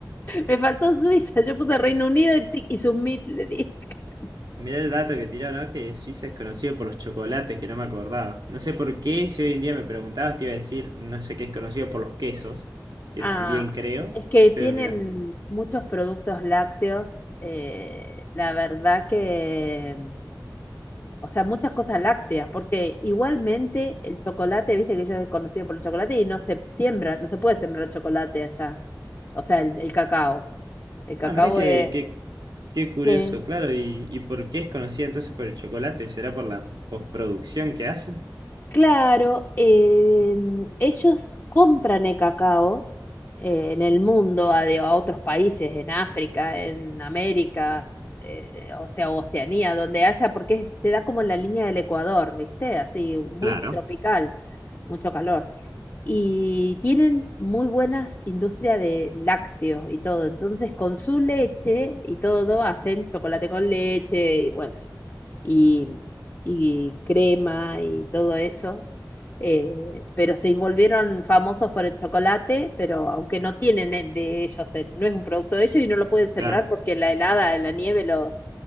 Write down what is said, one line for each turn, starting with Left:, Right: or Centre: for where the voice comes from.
Left: Me faltó Suiza, yo puse Reino Unido y, ti- y submit le di. <laughs>
Right: Mirá el dato que tiraron, ¿no? Que Suiza es conocido por los chocolates, que no me acordaba. No sé por qué, si hoy en día me preguntabas, te iba a decir, no sé qué es conocido por los quesos, que
Left: Ah,
Right: también creo,
Left: es que tienen
Right: pero mirá.
Left: muchos productos lácteos. eh, la verdad que o sea, muchas cosas lácteas, porque igualmente el chocolate, viste que ellos es conocido por el chocolate y no se siembra, no se puede sembrar chocolate allá, o sea, el, el cacao. El cacao
Right: Ah, mirá qué,
Left: es...
Right: qué Qué curioso,
Left: Eh,
Right: claro. ¿Y, y por qué es conocida entonces por el chocolate? ¿Será por la postproducción que hacen?
Left: claro, eh, ellos compran el cacao eh, en el mundo, a, de- a otros países, en África, en América, eh, o sea, Oceanía, donde haya, porque es- se da como en la línea del Ecuador, ¿viste? Así, muy
Right: Claro.
Left: tropical, mucho calor. y tienen muy buenas industrias de lácteos y todo. Entonces, con su leche y todo, hacen chocolate con leche y bueno, y, y crema y todo eso. Eh, pero se volvieron famosos por el chocolate, pero aunque no tienen el de ellos, eh, no es un producto de ellos y no lo pueden sembrar
Right: ya.
Left: porque la helada, la nieve, lo,